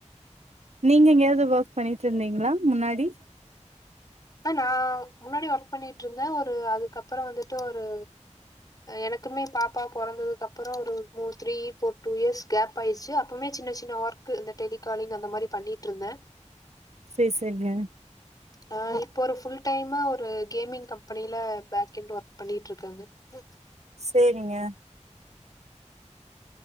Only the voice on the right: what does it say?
நீங்க எங்கயாவது ஒர்க் பண்ணிட்டு இருந்தீங்களா முன்னாடி
சேரி சேரிங்க
சேரிங்க